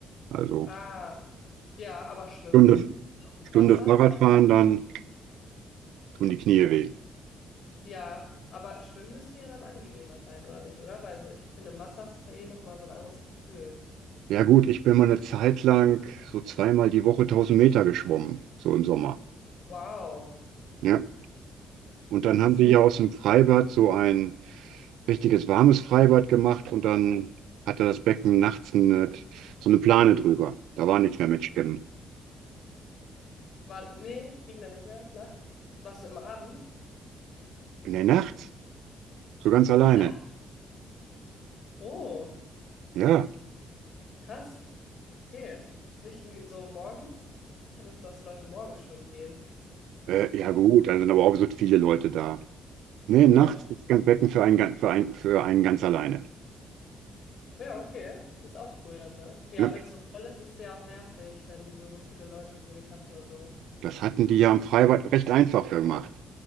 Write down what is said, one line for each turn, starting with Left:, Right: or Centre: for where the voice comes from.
Right: Also
Left: ah, ja, aber Schwimmen
Right: Stunde,
Left: im
Right: Stunde
Left: Wasser
Right: Fahrradfahren,
Left: ist ja,
Right: dann Tun die Knie weh.
Left: ja, aber Schwimmen müsste ja dann angenehmer sein, oder nicht, oder? Weil so, ich finde, im Wasser ist das ja eh nochmal so ein anderes Gefühl.
Right: Ja gut, ich bin mal eine Zeit lang so zweimal die Woche tausend Meter geschwommen, so im Sommer.
Left: Wow,
Right: Ja. Und
Left: das
Right: dann
Left: ist.
Right: haben sie hier aus dem Freibad so ein richtiges warmes Freibad gemacht und dann hatte das Becken nachts eine, so eine Plane drüber. Da war nichts mehr mit Schwimmen.
Left: War, nee, ging da nicht mehr. Nachts? Warst du immer abends?
Right: In der Nacht? So ganz alleine.
Left: Na, oh,
Right: Ja.
Left: krass. Okay. Nicht nie- so morgens? Ich kenne das, dass Leute morgens schwimmen gehen.
Right: Äh,
Left: Aber,
Right: ja gut, dann sind aber auch so viele Leute da. Nee, nachts
Left: ja, sch-
Right: ist das Becken für einen, gan- für einen, für einen ganz alleine.
Left: ja, okay. Ist auch cool dann, ne? Ja,
Right: Ja.
Left: wenn es so voll ist, ist es ja auch nervig, wenn du so viele Leute im Weg hast oder so.
Right: Das hatten die ja am Freibad recht einfach gemacht.